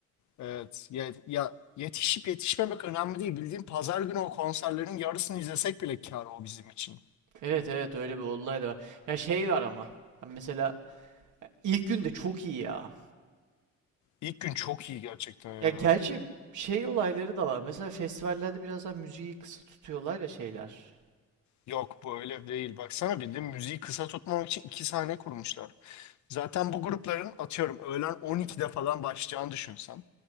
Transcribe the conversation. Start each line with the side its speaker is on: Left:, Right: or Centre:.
Left: Evet. Ya, ya yetişip yetişmemek önemli değil. Bildiğin pazar günü o konserlerin yarısını izlesek bile kâr o bizim için.
Right: Evet evet öyle bir olay da var. Ya şey var ama. Mesela ilk gün de çok iyi ya.
Left: İlk gün çok iyi gerçekten ya.
Right: Ya gerçi şey olayları da var. Mesela festivallerde biraz daha müziği kısa tutuyorlar ya şeyler.
Left: Yok bu öyle değil. Baksana bildiğin müziği kısa tutmamak için iki sahne kurmuşlar. Zaten bu grupların atıyorum öğlen 12'de falan başlayacağını düşünsen.